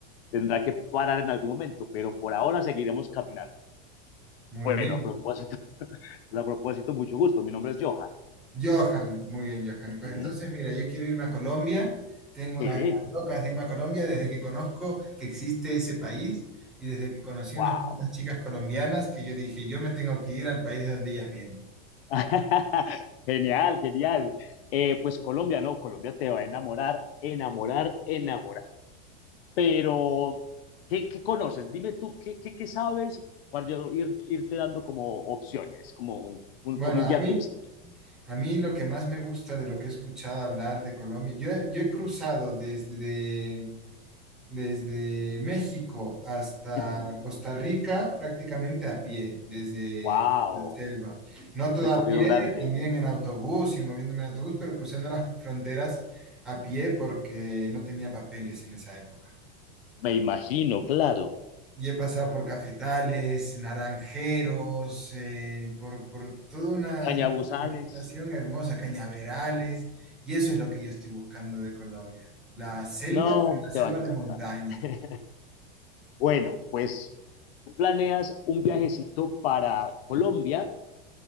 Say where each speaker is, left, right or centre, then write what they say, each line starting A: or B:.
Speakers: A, on the left (about 70°); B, in the centre.
A: tendrá que parar en algún momento, pero por ahora seguiremos caminando.
B: Muy
A: Bueno,
B: bien.
A: a propósito, <laughs> a propósito, mucho gusto. Mi nombre es Johan.
B: Johan, muy bien, Johan.
A: Ujú,
B: Pues entonces, mira, yo quiero irme a Colombia. Tengo unas
A: Sí,
B: ganas locas de irme a Colombia desde que conozco que existe ese país y desde que conocí
A: wow.
B: unas cuantas chicas colombianas que yo dije, yo me tengo que ir al país de donde ellas vienen.
A: <laughs> Genial, genial. Eh, pues Colombia, no, Colombia te va a enamorar, enamorar, enamorar. Pero, ¿qué, qué conoces? Dime tú, ¿qué, qué, qué sabes para yo ir, irte dando como opciones, como un, un-
B: Bueno,
A: como un
B: a
A: guía
B: mí,
A: turístico?
B: a mí lo que más me gusta de lo que he escuchado hablar de Colombia, yo, he- yo he cruzado desde desde México hasta
A: Ujú.
B: Costa Rica prácticamente a pie, desde
A: Wow,
B: la selva. No todo
A: recorrido
B: a pie,
A: grande.
B: también en autobús y moviéndome en autobús, pero cruzando las fronteras a pie porque no tenía papeles en esa época.
A: Me imagino, claro.
B: Y he pasado por cafetales, naranjeros, eh, por, por toda una
A: Cañabuzales,
B: vegetación hermosa, cañaverales, y eso es lo que yo estoy buscando de Colombia. La selva,
A: no,
B: pero la
A: te
B: selva
A: va a encantar.
B: de montaña.
A: <laughs> Bueno, pues tú planeas un viajecito para Colombia.